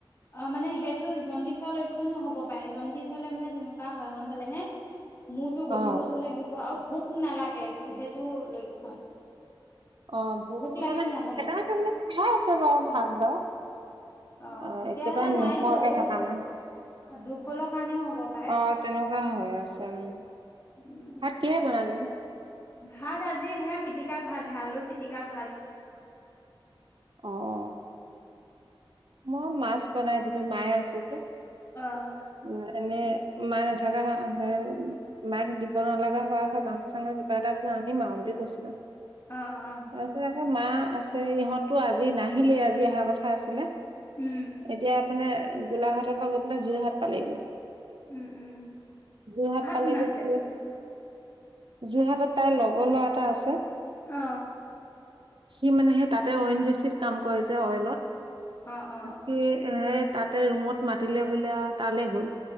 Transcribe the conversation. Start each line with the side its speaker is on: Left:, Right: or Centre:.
Left: অ' মানে সেইটো জণ্ডিচৰ লক্ষণো হ'ব পাৰে, জণ্ডিচ হ'লে মানে তেনেকুৱা হয় গ'ম পালে নে। মুৰটো গধু-গধু
Right: অ
Left: লাগিব, আৰু ভোক নালাগে সেইটো লক্ষণ।
Right: অহ, - ভোকটো
Left: ভোক লাগে
Right: মানে
Left: নে
Right: চবকেইটাই
Left: নালাগে
Right: একেলগে খায় আছে বাৰু ভাত বাৰু।
Left: অ
Right: অহ',
Left: অ তেতিয়াহ'লে
Right: - একেবাৰে
Left: নাই
Right: নোখোৱাকে
Left: দিয়ক এই
Right: থকা নাই।
Left: দুৰ্বলৰ কাৰণেও হ'ব পাৰে
Right: অঁহ', তেনেকুৱা হয়, আছে উম।
Left: উম
Right: ভাত কিহেৰে বনালি?
Left: ভাত আজি সে পিটিকা ভাত হে আলু পিটিকা ভাত।
Right: অঁহ। মই মাছ বনাই দিলো মায়ে আছে যে।
Left: অহ।
Right: উম, এনেই মা নাথাকা। <unintelligible> মাক দিব নালগা হোৱা হয় মাংস চাংস কিবা এটা আনিম আৰু বুলি কৈছিলো।
Left: অ', অ'।
Right: তাৰপিছত আকৌ মা আছে ইহঁতো আজি নাহিলেই আজি অহাৰ কথা আছিলে।
Left: উম।
Right: এতিয়া মানে গোলাঘাটৰ পৰা গৈ পেলাই যোৰহাট পালেগৈ।
Left: উম উম
Right: যোৰহাট পালেগে
Left: কোন আছে
Right: এতিয়া। যোৰহাটত তাইৰ লগৰ ল'ৰা এটা আছে।
Left: অ
Right: সি মানে সেই তাতে অইন জেচিত কাম কৰে যে অইলত।
Left: অ অ
Right: সি সে তাতে ৰুমত মাতিলে বোলে আৰু তালে গ'ল